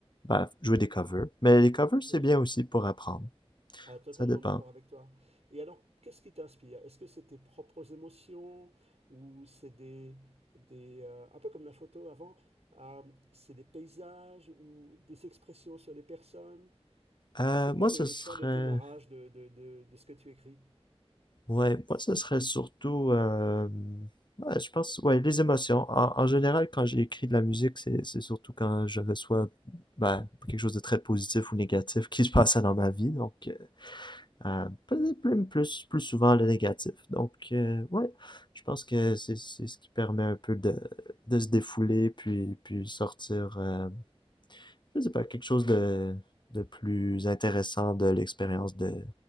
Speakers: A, on the left (about 45°); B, on the right (about 85°).
A: ben, jouer des covers. Mais les covers, c'est
B: Oui,
A: bien aussi pour apprendre.
B: Ah, totalement
A: Ça dépend.
B: d'accord avec toi. Et alors, qu'est-ce qui t'inspire Est-ce que c'est tes propres émotions ou c'est des, des euh, un peu comme la photo avant, euh, c'est des paysages ou des expressions sur des personnes
A: Euh,
B: C'est quoi
A: moi,
B: le,
A: ce
B: le
A: serait
B: point de démarrage de, de, de, de ce que tu écris?
A: Ouais, moi, ce serait surtout, euh, ouais, je pense, ouais, les émotions. En, en général, quand j'ai écrit de la musique, c'est, c'est surtout quand j'avais soit ben, quelque chose de très positif ou négatif qui se passait dans ma vie. Donc, euh, euh, peut-être plus, plus, plus souvent le négatif. Donc, euh, ouais, je pense que c'est, c'est ce qui permet un peu de, de se défouler, puis, puis sortir. euh, je sais pas, quelque chose de, de plus intéressant de l'expérience de,